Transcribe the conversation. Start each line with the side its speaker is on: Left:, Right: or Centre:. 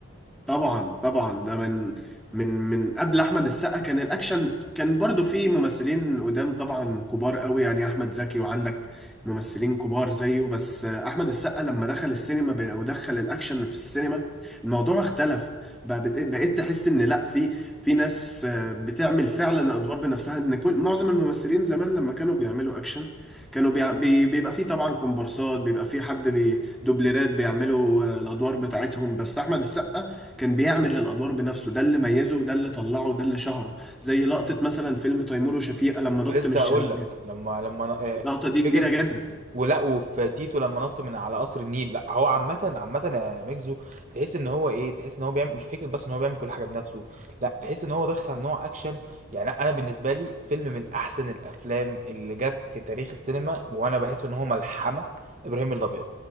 Centre: طبعا طبعا ده من من من قبل احمد السقا كان الاكشن كان برضو في ممثلين قدام طبعا كبار قوي يعني احمد زكي وعندك ممثلين كبار زيه بس احمد السقا لما دخل السينما ب- ودخل الاكشن في السينما الموضوع اختلف بقى بت- بقيت تحس ان لا في في ناس آه، بتعمل فعلا ادوار بنفسها ان كل معظم الممثلين زمان لما كانوا بيعملوا اكشن كانوا بيع- بي بيبقى في طبعا كومبارسات بيبقى في حد بي دوبلرات بيعملوا آه، الادوار بتاعتهم بس احمد السقا كان بيعمل الادوار بنفسه ده اللي ميزه وده اللي طلعه وده اللي شهره زي لقطة مثلا فيلم تيمور وشفيقة لما نط
Right: لسه
Centre: من الشلال
Right: هقول لك لما لما أنا... آه،
Centre: اللقطة دي كبيرة
Right: فكره
Centre: جدا
Right: ولا وفي تيتو لما نط من على قصر النيل لا هو عامة عامة يا ميكزو تحس ان هو ايه تحس ان هو بيعمل مش فكرة بس ان هو بيعمل كل حاجة بنفسه لا تحس ان هو دخل نوع اكشن يعني انا بالنسبة لي فيلم من احسن الافلام اللي جت في تاريخ السينما وانا بحس ان هو ملحمة ابراهيم الابيض